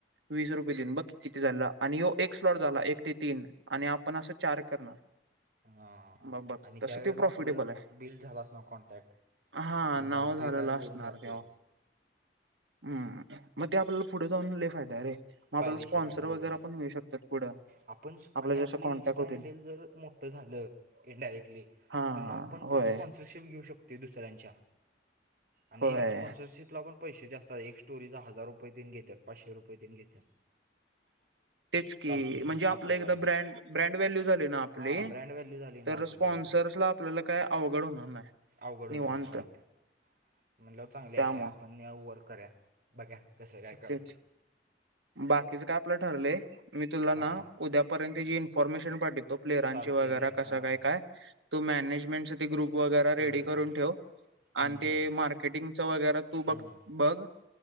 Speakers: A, on the right; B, on the right.
A: वीस रुपये देऊन बघ किती झालं आणि य एक स्लॉट झाला एक ते तीन आणि आपण असं चार करणार
B: ह
A: मग बघ
B: आणि
A: तसं
B: त्यावेेळेला
A: ते प्रॉफिटेबल
B: आपलं
A: आहे
B: बिल झालंस ना कॉन्टॅक्ट
A: हा
B: म्हणल्यावर
A: नाव झालेलं
B: ते काय होऊन
A: असणार
B: जाते
A: तेव्हा हम्म मग ते आपल्याला पुढे जाऊन ल फायदा आहे रे म आपल्याला
B: फायदेशीर
A: स्पॉन्सर
B: आहे बरोबर
A: वगैरे पण मिळू शकतात पुढं
B: आपण
A: आपल्या
B: आणि
A: जसं
B: आपलं
A: कॉन्टॅक्ट
B: इन्स्टा
A: होतील
B: हँडल जर मोठं झालं इनडायरेक्टली
A: हा
B: तर मग आपण पंच
A: होय
B: स्वॅप स्पॉसरशिप घेऊ शकते दुसऱ्यांच्या आणि
A: होय
B: स्पॉन्सरशशीप ला पण पैसे जास्तात एक स्टोरीचा हजार रुपये तन घेतात पाचशे रुपय तन घेतात
A: तेच की
B: चालते
A: म्हणजे आप
B: आपल्याला
A: एक ब्र
B: ते
A: ब्रँड व्हॅल्यू झाले ना आपले
B: हां ब्रँड व्हॅल्यू झाली ना
A: तर
B: आपली
A: स्पन्सर् ला आपल्याला काय अवघड होणार नाही.
B: अवघडून
A: निवांत
B: होणार राईट म्हणलं चांगली
A: त्यामुळं
B: आयडिया आपण न वर्क करूया बघूया कसं काय का
A: तेच
B: होते.
A: बाकीच काय आपलं ठरलंय मी तुला
B: हां
A: ना उद्यापर्यंतचीी इन्फॉर्मेशन पाठवितो. प्लेरांची
B: चालते
A: वैगरे
B: की
A: कसं
B: हां
A: न काय तो मॅनेजमेंट चा तो ग्रुप वगैरे
B: होय
A: रेडी
B: होय
A: करून ठेव
B: हं
A: आणि ते
B: हं
A: मार्केटिंग च वगैरे तू
B: हं
A: बघ बघ